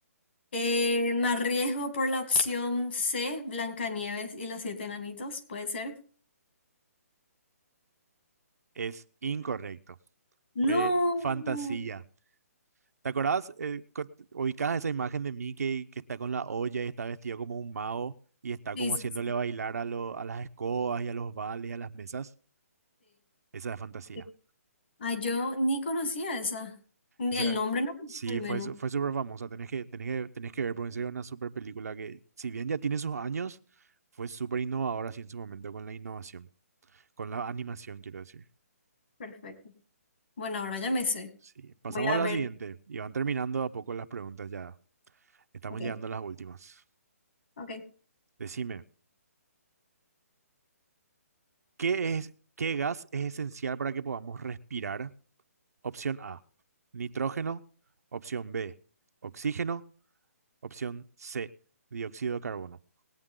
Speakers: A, on the left; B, on the right.
A: Eh, me arriesgo por la opción C, Blancanieves y los siete enanitos, ¿puede ser?
B: Es incorrecto.
A: No.
B: Fue Fantasía. ¿Te acordás? eh, co- ubicás esa imagen de Mickey que está con la olla y está vestido como un mago y está
A: Sí,
B: como
A: sí,
B: haciéndole
A: sí.
B: bailar a, lo- a las escobas y a los vales y a las mesas. Esa es fantasía.
A: sí. Ah, yo ni conocía esa. Ni
B: Esa,
A: El nombre no me
B: sí,
A: dijo al menos.
B: fue, su- fue súper famosa. Tenés que, tenés que, tenés que ver, porque en serio es una súper película que, si bien ya tiene sus años, fue súper innovadora así en su momento con la innovación, con la animación, quiero decir.
A: Perfecto. Bueno, ahora ya me sé.
B: Sí, pasamos
A: Voy a
B: a la
A: ver.
B: siguiente y van terminando a poco las preguntas ya. Estamos
A: Ok,
B: llegando a las últimas.
A: ok.
B: Decime. ¿Qué es, qué gas es esencial para que podamos respirar? Opción A, nitrógeno. Opción B, oxígeno. Opción C, dióxido de carbono.